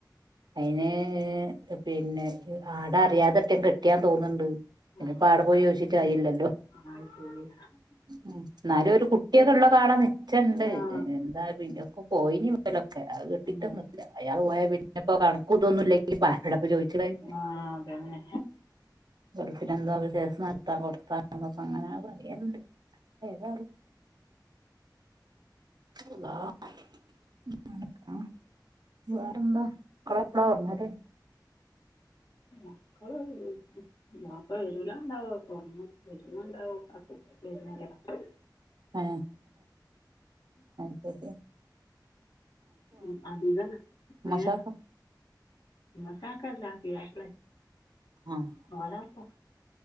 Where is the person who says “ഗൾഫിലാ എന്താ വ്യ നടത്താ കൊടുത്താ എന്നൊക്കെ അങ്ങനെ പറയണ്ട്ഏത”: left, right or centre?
Right